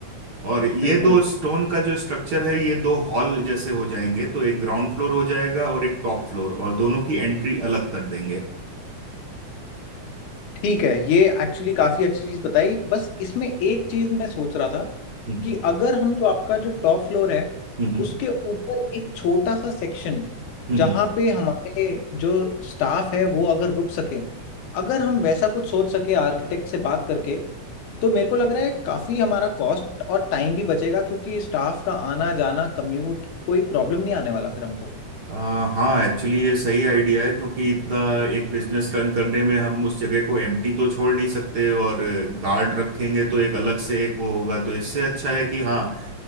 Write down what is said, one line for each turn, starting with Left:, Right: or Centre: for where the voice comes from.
Right: और ये
Left: बिल्कुल
Right: दो स्टोन का जो स्ट्रक्चर है ये दो हॉल जैसे हो जाएंगे तो एक ग्राउंड फ्लोर हो जाएगा और एक टॉप फ्लोर और दोनों की एंट्री अलग कर देंगे
Left: ठीक है ये एक्चुअली काफ़ी अच्छी चीज़ बताई बस इसमें एक चीज़ मैं सोच रहा था
Right: हम्म
Left: कि अगर हम जो आपका जो टॉप फ्लोर है
Right: हम्म
Left: उसके ऊपर एक छोटा सा सेक्शन
Right: हम्म
Left: जहाँ
Right: हम्म
Left: पे हमारे जो स्टाफ है वो अगर रुक सके अगर हम वैसा कुछ सोच सके आर्किटेक्ट से बात करके तो मेरे को लग रहा है काफ़ी हमारा कॉस्ट और टाइम भी बचेगा क्योंकि स्टाफ का आना जाना कम्यूट कोई प्रॉब्लम नहीं आने वाला फिर हमको
Right: आ, हाँ एक्चुअली ये सही आइडिया है क्योंकि इतना एक बिजनेस रन करने में हम उस जगह को एम्प्टी तो छोड़ नहीं सकते और गार्ड रखेंगे तो एक अलग से एक वो होगा तो इससे अच्छा है कि हाँ